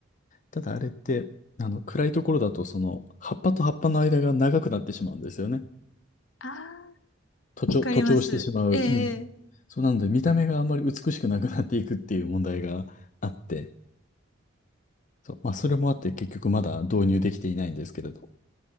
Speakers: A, on the left; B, on the left.
A: ただあれって、あの、暗いところだとその、葉っぱと葉っぱの間が長くなってしまうんですよね。
B: あ、
A: 徒長、
B: わかります。
A: 徒長してしまう。
B: ええ。
A: うん。そうなので見た目があんまり美しくなくなっていくっていう問題があって、そう、まあそれもあって結局まだ導入できていないんですけれど。